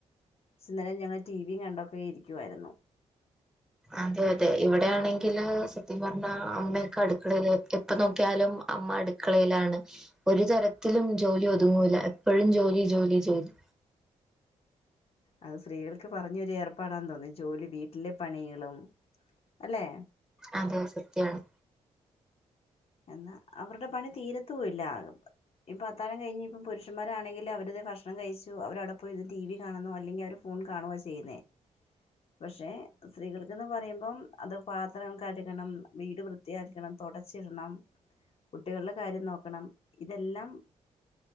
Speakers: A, on the left; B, in the centre.
A: സിന്നലെ ഞങ്ങള് ടി വിയും കണ്ടൊക്കെ ഇരിക്കുവായിരുന്നു.
B: അതെ അതെ ഇവിടെയാണെങ്കില് സത്യം പറഞ്ഞാ അമ്മയൊക്കെ അടുക്കളയില് എപ്പ നോക്കിയാലും അമ്മ അട് ക്കളേലാണ് ഒരു തരത്തിലും ജോലി ഒതുങ്ങൂല്ലാ എപ്പഴും ജോലി ജോലി ജോലി
A: അത് സ്ത്രീകൾക്ക് പറഞ്ഞൊരു ഏർപ്പാടാന്ന് തോന്നു ഈ ജോലി വീട്ടിലെ പണികളും അല്ലെ
B: അതെ സത്യാണ്.
A: എന്നാ അവരുടെ പണി തീരത്തൂ ഇല്ലാ <unintelligible> ഇപ്പോ അത്താഴം കഴിഞ്ഞ് ഇപ്പ പുരുഷന്മാരാണെങ്കില് അവര് ദേ ഭക്ഷണം കഴിച്ചു അവരവിടെപ്പോയിരുന്ന് ടി വി കാണുന്നു അല്ലെങ്കിൽ അവര് ഫോൺ കാണുവാ ചെയ്യുന്നേ. പക്ഷെ സ്ത്രീകൾക്ക്ന്ന് പറയുമ്പം അത് പാത്രം കഴുകണം, വീട് വൃത്തിയാക്കണം, തൊടച്ച് ഇടണം, കുട്ടികളുടെ കാര്യം നോക്കണം ഇതെല്ലാം